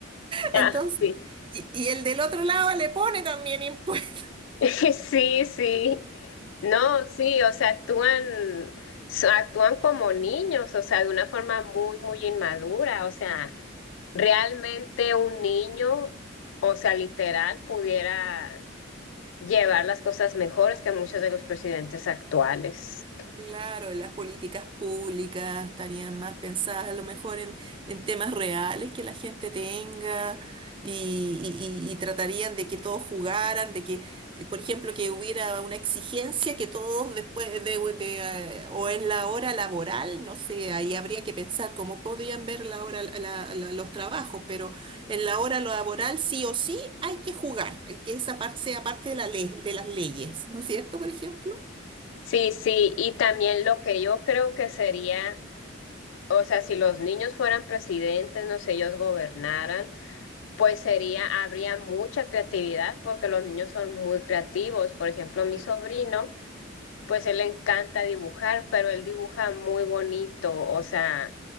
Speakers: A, on the left; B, on the right.
A: Ah,
B: entonces,
A: sí.
B: y, y el del otro lado le pone también impuestos.
A: <laughs> Sí, sí. No, sí, o sea, actúan, so- actúan como niños, o sea, de una forma muy, muy inmadura, o sea, realmente un niño, o sea, literal, pudiera llevar las cosas mejores que muchos de los presidentes actuales.
B: Claro, las políticas públicas estarían más pensadas a lo mejor en, en temas reales que la gente tenga y, y- y- y tratarían de que todos jugaran, de que, por ejemplo, que hubiera una exigencia que todos después de, de, eh, o en la hora laboral, no sé, ahí habría que pensar cómo podrían ver la hora, la- la- los trabajos, pero en la hora laboral sí o sí hay que jugar, eh, que esa parte sea parte de la ley, de las leyes, ¿no es cierto, por ejemplo?
A: Sí, sí, y también lo que yo creo que sería, o sea, si los niños fueran presidentes, no sé, ellos gobernaran. Pues sería, habría mucha creatividad porque los niños son muy creativos. Por ejemplo, mi
B: Sí,
A: sobrino, pues él le encanta dibujar, pero él dibuja muy bonito, o sea,